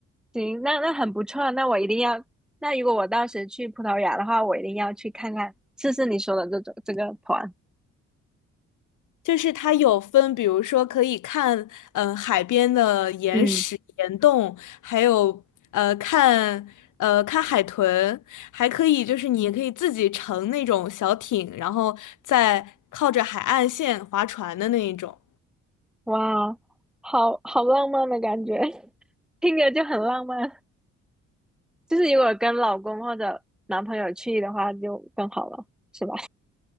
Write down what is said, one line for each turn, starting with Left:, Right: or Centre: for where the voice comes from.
Centre: 行，那那很不错啊，那我一定要。那如果我到时去葡萄牙的话，我一定要去看看，试试你说的这种这个团。
Left: 就是它有分，比如说可以看，嗯、海边的岩石、
Centre: 嗯，
Left: 岩洞，还有呃看呃看海豚，还可以就是你也可以自己乘那种小艇，然后再靠着海岸线划船的那一种。
Centre: 哇，好好浪漫的感觉，<laughs> 听着就很浪漫。就是如果跟老公或者男朋友去的话，就更好了，是吧？